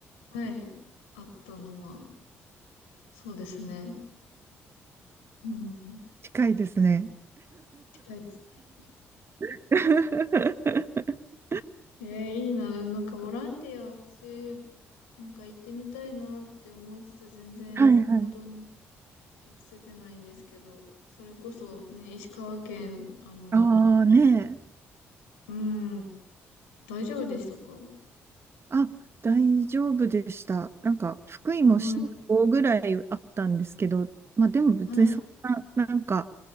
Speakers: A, on the left (about 85°); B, on the right (about 40°).
A: はい。あったのは。そうですね。うん。
B: 近いですね。
A: 近いですね。
B: <laughs>
A: えー、いいな。なんかボランティア、私、なんか行ってみたいなって思いつつ、全然行動に
B: はいはい。
A: 移せてないんですけど、それこそね、石川県、あの、
B: ああねえ。
A: うん、大丈夫でしたか
B: あ、大丈夫でした。なんか、福井も震度ぐらいあったんですけど、
A: あはい。はい。
B: まあでも別にそんな、
A: は
B: なんか、